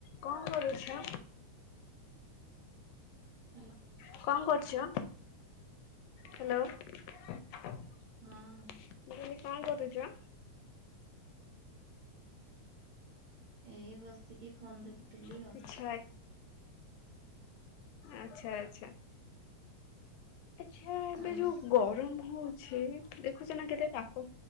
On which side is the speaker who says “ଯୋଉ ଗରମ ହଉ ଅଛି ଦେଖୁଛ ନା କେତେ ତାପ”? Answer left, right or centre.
Left